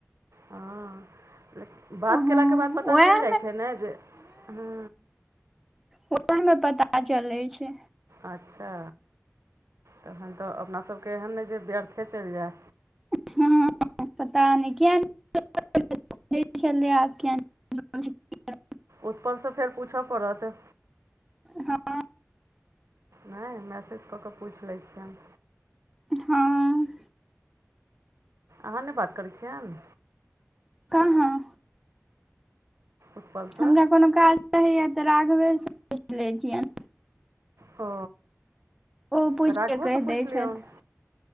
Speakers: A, on the right (about 80°); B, in the centre.
A: हँ लेकिन बात
B: ओ,
A: कयलाके
B: हँ
A: बाद पता
B: वैह
A: चलि जाइ छै ने जे हँ
B: ओह तै में <unintelligible> पता चलैत छै
A: अच्छा तखन तऽ अपनासबके एहन नहि जे व्यर्थे चलि जाय
B: हँ पता नहि <inaudible> लप <inaudible>
A: उत्पन सँ फेर पूछ पड़त
B: ह
A: नय मैसेज कऽ कऽ पूछि लै छियअनि
B: हँ
A: अहाँ नय बात करै छियनि
B: कहाँ
A: उत्पलसँ
B: हमरा कोनो काज रहैया त राघवे से सोच ले छियनि
A: अ
B: ओ पूछिके
A: तऽ राघवो
B: कहि
A: सँ पुछ
B: दै छथि
A: लियौन